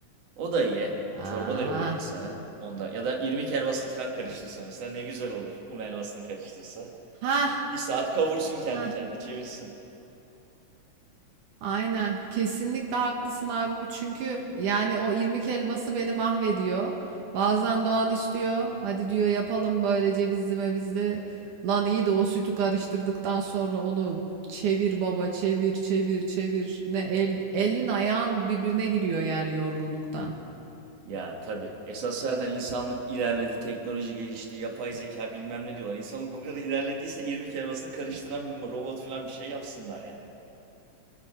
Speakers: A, on the right; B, on the right.
A: O da iyi.
B: Ah.
A: Çorba da yoruyor insanı. Onda ya da irmik helvasını falan karıştırsa mesela ne güzel olur. Un helvasını karıştırsa.
B: Ha.
A: Bir saat kavursun kendi
B: Ha.
A: kendine çevirsin.
B: Aynen. Kesinlikle haklısın abi. Çünkü yani o irmik helvası beni mahvediyor. Bazen Doğan istiyor. Hadi diyor yapalım böyle cevizli mevizli. Lan iyi de o sütü karıştırdıktan sonra onu çevir baba çevir çevir çevir. Ne el, elin ayağın birbirine giriyor yani yorgunluktan.
A: Ya tabii. Esas zaten insanlık ilerledi, teknoloji gelişti, yapay zeka bilmem ne diyorlar. İnsanlık o kadar ilerlediyse irmik helvasını karıştıran bir robot falan bir şey yapsınlar yani.